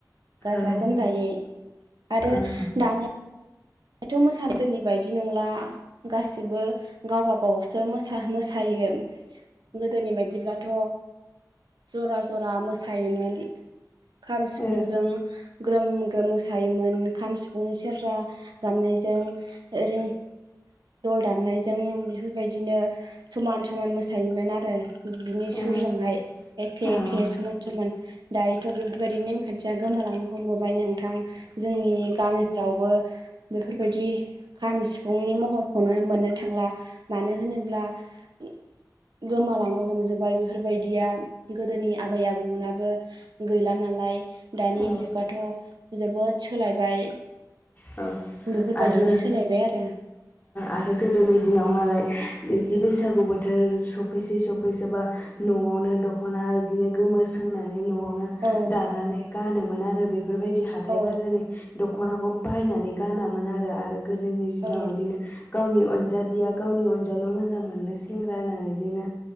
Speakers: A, on the right; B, on the left.
A: गाजा
B: औ
A: गोमजायै आरो
B: ओ
A: दानिया दाथ' मोसदोनि बायदि नंला गासिबो गाव गबावसो मोसायो गोदोनि बायदिब्लाथ' जरा जरा मोसायोमोन खाम सिफुंजों
B: औ
A: ग्रोम ग्रोम मोसायोमोन खाम सिफुं सेरजा गाननायजों ओरैनो दल दामनायजों बेफोरबायदिनो समान समान मोसायोमोन आरो बिनि
B: औ
A: सुरजोंहाय एखे
B: औ
A: एखे समान समान दायोथ' बेफोरबायदि नेमखान्थिया गोमालांनो हमबोबाय नोंथां जोंनि गामिफ्रावबो बेफोरबायदि खाम सिफुंनि महरखौनो मोननो थांला मानो होनोब्ला बे गोमालांनो हमजोब्बाय बेफोरबायदिया गोदोनि आबै आबौमोनाबो गैला नालाय दानि
B: औ
A: जुगाथ' जोबोद सोलायबाय
B: औ
A: बेफोरबायदिनो
B: आरो
A: सोलायबाय आरो
B: आरो गोदोनि दिनाव मालाय बिदि बैसागु बोथोर सफैसै सफैसोबा न'आवनो दख'ना बिदिनो गोमो सोंनानै न'आवनो
A: औ
B: दानानै गानोमोन आरो बेफोरबायदि हाथथाय
A: औ
B: बाजारनि दख'नाखौ बायनानै गानामोन आरो आरो गोदोनि दिनाव
A: औ
B: बिदिनो गावनि अनजालिया गावनि अनजाल' मोजां मोनो सेंग्रानो बिदिनो